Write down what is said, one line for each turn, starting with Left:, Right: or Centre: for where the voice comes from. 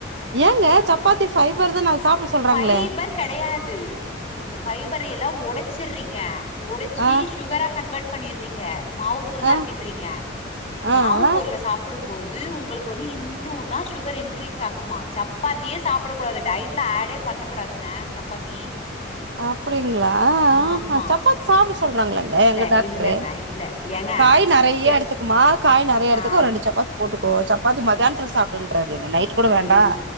Right: ஏங்க சப்பாத்தி ஃபைபர் தான அது சாப்ட சொல்றாங்களே
Left: ஃபைர் கெடையாது நீங்க ஃபைபர் எல்லா ஒடச்சிறீங்க உடச்சி
Right: ஆ
Left: சுகரா கன்வெர்ட் பண்ணிறீங்க மாவு பொருளா
Right: ஆ
Left: ஆக்கிட்றீங்க
Right: ஆ
Left: மாவு
Right: ஆ
Left: பொருள சாப் ப்படும் போது உங்களுக்கு வந்து இன்னும் தா சுகர் இன்கிரீஸ் ஆகுமா சப்பாத்தியே சாப்பட கூடாது டைட்ல ஆடே பண்ணக்கூடாதுங்க சப்பாத்தி
Right: அப்டிங்களா
Left: ஆமா
Right: ஆ சப்பாத்தி சாப்ட சொல்றாங்களாங்க
Left: இல்ல
Right: எங்க டாக்டரு
Left: இல்லங்க இல்ல ஏங்க
Right: காய் நறையா
Left: ஏ
Right: எடுத்துக்குமா காய் நறையா எடுத்துக்கோ
Left: ஆ
Right: ஒரு ரெண்டு சப்பாத் போட்டுக்கோ சப்பாத்தி மத்தியானத்துத்துல சாப்புடுன்றாரு என்ன நைட்டு கூட வேண்டாம்
Left: இல்